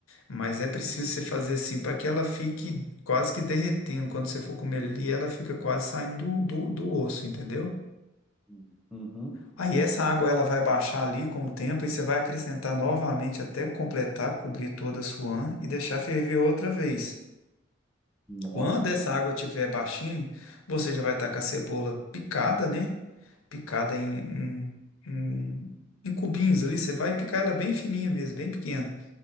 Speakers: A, on the left (about 80°); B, in the centre.
A: Mas é preciso você fazer assim para que ela fique quase que derretendo. Quando você for comer ali, ela fica quase saindo do, do, do osso, entendeu?
B: hum. Uhum.
A: Aí essa água ela vai baixar ali com o tempo e você vai acrescentar novamente até completar, cobrir toda a suã e deixar ferver outra vez.
B: Nossa.
A: Quando essa água estiver baixinha, você já vai estar com a cebola picada, né? Picada em, em, em em cubinhos ali. Você vai picar ela bem fininha mesmo, bem pequena.